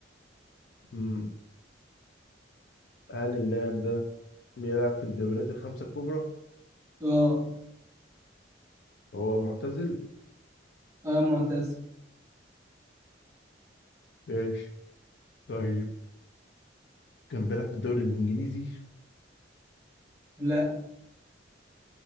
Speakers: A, on the left (about 60°); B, on the right (about 15°).
A: امم هل اللاعب ده بيلعب في الدوريات الخمسة الكبرى
B: اه
A: هو معتزل
B: اه معتزل
A: ماشي طيب كان بيلعب في الدوري الانجليزي
B: لا